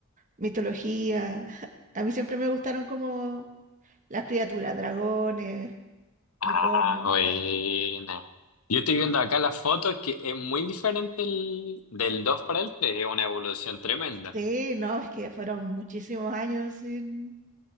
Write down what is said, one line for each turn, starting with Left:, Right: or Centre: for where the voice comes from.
Right: mitología. <laughs> A mí siempre me gustaron como las criaturas, dragones,
Left: Ah,
Right: unicornios,
Left: buena.
Right: magias.
Left: Yo estoy viendo acá las fotos que es muy diferente el, del 2 para el tres es una evolución tremenda.
Right: Sí, no, es que fueron muchísimos años sin...